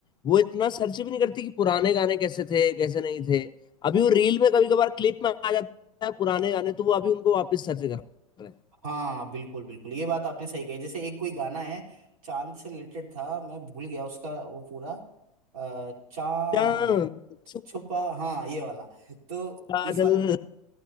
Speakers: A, on the left (about 25°); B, on the right (about 70°).
A: वो इतना सर्च भी नहीं करती कि पुराने गाने कैसे थे कैसे नहीं थे अभी वो रील में कभी कभार क्लिप में आ जाता है पुराने गाने तो वो अभी उनको वापस सर्च कर रहे हैं
B: हाँ बिल्कुल बिल्कुल ये बात आपने सही कही जैसे एक कोई गाना है चांद से रिलेटेड था मैं भूल गया उसका वो पूरा अ, चांद
A: चांद छुपा
B: छुपा हाँ ये वाला तो
A: बादल
B: इस